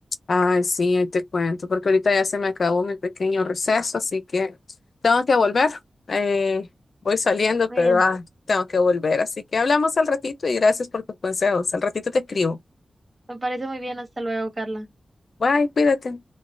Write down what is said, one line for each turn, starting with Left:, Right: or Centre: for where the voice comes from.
Left: Ay, sí, ahí te cuento, porque ahorita ya se me acabó mi pequeño receso, así que tengo que volver. Eh, voy saliendo,
Right: Muy
Left: pero
Right: bien,
Left: ah, tengo que volver. Así que hablamos al ratito y gracias por tus consejos. Al ratito te escribo.
Right: me parece muy bien. Hasta luego, Carla.
Left: Bye, cuídate.